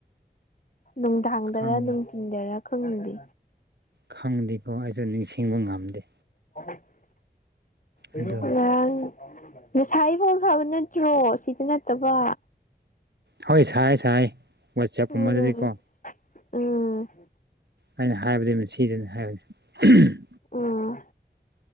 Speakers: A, on the left; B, on the right.
A: ꯅꯨꯡꯗꯥꯡꯗꯔ
B: ꯈꯪ
A: ꯅꯨꯡꯊꯤꯟꯗꯔꯥ ꯈꯪꯗꯦ
B: ꯈꯪꯗꯦꯀꯣ ꯑꯩꯁꯨ ꯅꯤꯡꯁꯤꯡꯕ ꯉꯝꯗꯦ
A: <unintelligible> ꯉꯥꯔꯥꯡ
B: ꯑꯗꯨꯝ
A: ꯑꯁꯥꯏꯗ ꯁꯕ ꯅꯠꯇ꯭ꯔꯣ ꯁꯤꯗꯅ ꯅꯠꯇꯕꯥ
B: ꯍꯣꯏ ꯁꯥꯏ ꯁꯥꯏ ꯋꯥꯆꯦꯞꯀꯨꯝꯕꯗꯗꯤꯀꯣ
A: ꯎꯝ ꯎꯝ
B: ꯑꯩꯅ ꯍꯥꯏꯕꯗꯨ ꯃꯁꯤ ꯁꯤꯗꯅꯤ ꯍꯥꯏꯕꯅꯤ
A: ꯎꯝ